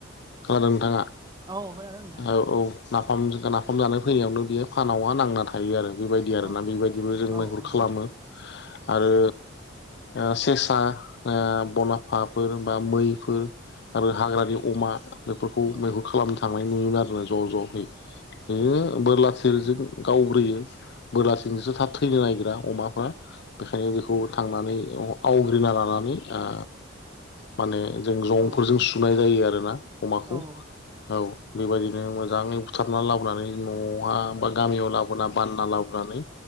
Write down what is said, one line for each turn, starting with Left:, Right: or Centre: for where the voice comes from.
Left: खोनादों नोंथाङा?
Right: औ खोनादों नोंथां
Left: औ औ नाफाम नाफाम जानो फैनायावनो बियो फानावहा नांना थायो आरो। बेबायदि आरोना
Right: औ
Left: बेबायदिबो जों
Right: औ
Left: मैहुर
Right: औ
Left: खालामो आरो ओ सेसा ओ बन हाफाफोर बा मैफोर आरो हाग्रानि अमा बेफोरखौ
Right: औ
Left: मैहुर खालामनो थांनाय नुयोमोन आरोना ज' ज'है बिदिनो बोरला थिरजों गावग्रोयो बोरलाजोंसो थाब थैनो नागिरा अमाफ्रा बेखायनो बेखौ थांनानै औ आवग्रिना लानानै आ माने जों जंफोरजों
Right: औ
Left: सुनाय जायो आरोना अमाखौ
Right: औ
Left: औ बेबायदि नो मोजाङै बुथारना लाबोनानै न'आवहा बा गामियाव लाबोना बानना लाबो नानै